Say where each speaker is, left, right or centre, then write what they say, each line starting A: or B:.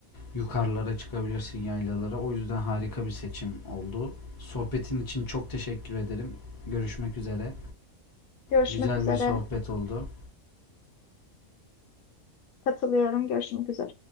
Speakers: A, on the left; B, on the left.
A: yukarılara çıkabilirsin yaylalara. O yüzden harika bir seçim oldu. Sohbetin için çok teşekkür ederim. Görüşmek üzere.
B: Görüşmek
A: Güzel
B: üzere.
A: bir sohbet oldu.
B: Katılıyorum. Görüşmek üzere.